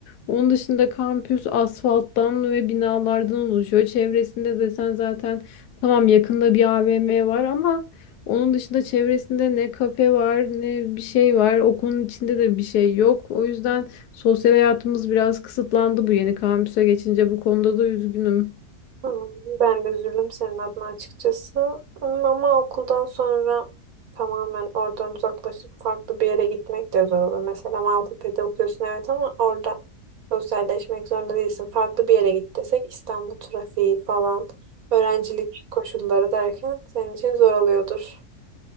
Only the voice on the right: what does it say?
Hmm, Ben de üzüldüm senin adına açıkçası. Hmm, Ama okuldan sonra tamamen oradan uzaklaşıp farklı bir yere gitmek de zor olur. Mesela Maltepe'de okuyorsun evet ama orada sosyalleşmek zorunda değilsin. Farklı bir yere git desek İstanbul trafiği falan, öğrencilik koşulları derken senin için zor oluyordur.